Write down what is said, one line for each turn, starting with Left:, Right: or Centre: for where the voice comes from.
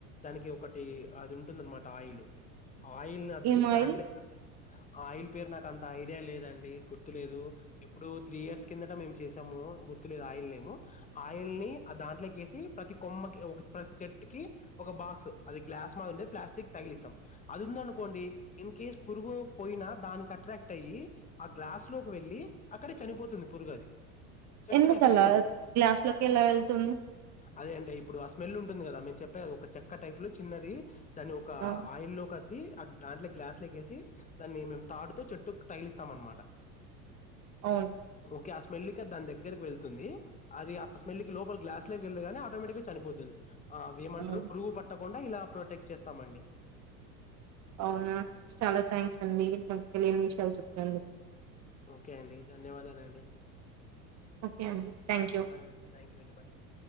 Left: దానికి ఒకటి, అది ఉంటుందన్నమాట. ఆయిల్, ఆయిల్నద్ది
Right: ఏం ఆయిల్
Left: దాంట్లే. ఆ ఆయిల్ పేరు నాకు అంత ఐడియా లేదండి, గుర్తులేదు. ఎప్పుడో త్రీ ఇయర్స్ కిందట మేము చేసాము. గుర్తులేదు ఆయిల్ నేమ్. ఆ ఆయిల్‌ని ఆ దాంట్లోకి వేసి, ప్రతి కొమ్మకి, ప్రతి చెట్టుకి. ఒక బాక్స్, అది గ్లాస్ మాది ఉండే ప్లాస్టిక్ తగిలిస్తాం. అది ఉందనుకోండి, ఇన్ కేస్ పురుగు. పోయినా దానికి అట్రాక్ట్ అయ్యి, ఆ గ్లాస్‌లోకి వెళ్లి, అక్కడ చనిపోతుంది పురుగు అది. చెట్టుకి
Right: ఎందుకలా
Left: ఎఫెక్ట్ ఉండదు
Right: గ్లాస్‌లోకి ఎలా వెళ్తుంది?
Left: అదే అంటే, ఇప్పుడు ఆ స్మెల్ ఉంటుంది కదా, మేం చెప్.. తావ్ ఒక చెక్క టైప్ లో చిన్నది. దాన్ని ఒక్క
Right: ఆ!
Left: ఆయిల్ లో కద్దీ ఆ దాంట్లో గ్లాస్ల కేసి. దాన్ని మేము తాడుతో చెట్టుకు తగిలిస్తాం అన్నమాట.
Right: అవును.
Left: కి ఆ స్మెల్‌కి అది దాని దగ్గరకి వెళ్తుంది. అది ఆ స్మెల్‌కి లోపల గ్లాస్‌లోకి వెళ్లగానే ఆటోమేటిక్‌గా చనిపోతుంది. ఆ అవి ఏమంటారు,
Right: అవును
Left: పురుగు పట్టకుండా ఇలా ప్రొటెక్ట్ చేస్తామండి.
Right: అవునా, చాలా థ్యాంక్స్ అండి. నాకు తెలియని విషయాలు చెప్పినందుకు.
Left: ఓకే అండి, ధన్యవాదాలండి.
Right: ఓకే అండి thank you
Left: bye, thank you అండి, బై అండి.